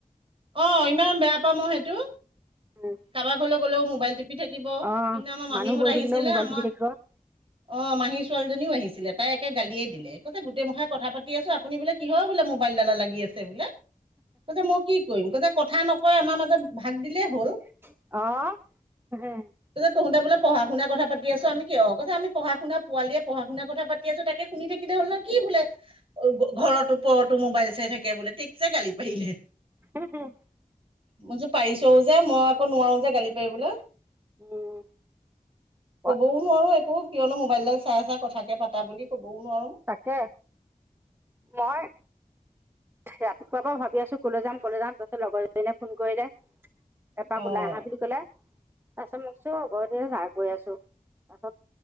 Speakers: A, on the right (about 40°); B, on the right (about 15°).
A: অ', ইমান বেয়া পাম মই সেইটো।
B: উম
A: কাৰোবাৰ ঘৰলৈ গ'লেও মোবাইল টিপি থাকিব সেইদিনা
B: অ
A: আমাৰ মামীহঁত
B: মানুহ বহি
A: আহিছিলে
B: থাকিলেও মোবাইল
A: আমাৰ
B: টিপি
A: অ', মাহী ছোৱালীজনীও আহিছিলে তাই একে গালিয় দিলে। কৈছে, গোটেই মুখাই কথা পাতি আছো, ‌ আপুনি বোলে কিহৰ বোলে ম'বাইলডালত লাগি আছে বোলে। ত', মই কি কৰিম? কথা নকয় আমাৰ মাজত ভাগ দিলেই হ'ল।
B: অহ।
A: ত', তোহতে বোলে প়ঢ়া শুনা কথা পাতি আছ আমি কিয় ক, আমিঢ়া শুনা পোৱালিয়ে পঢ়া শুনা কথাাতিছো তাকে শুনি থাকিলে হ'ল ন কি বোলে ঘৰত ওপৰতো মোবাইল চাই থাকে বোলে। ঠিকছে গালি পাৰিলে।
B: উম, হুম।
A: মই যে পাৰিছোও যে, মই আকৌ নোৱাৰো যে গালি পাৰিবলৈ।
B: উম প-
A: কবও নোৱাৰো একো কিয়নো মোবাইলডাল চাই চ কথাকে পাতা বুলি ক'বও নোৱাৰোঁ।
B: তাকে। মই ৰাতিপুৱাৰ পৰা ভাবি আছো কলৈ যাম কলে যাম তাৰিছত লগৰজনীয়ে ফোন কৰিলে। এপাক
A: অ',
B: ওলাই আহা বুলি কলে তাৰপাছত মোকচো আৰ এ, য, গৈ আছো তাৰপিছত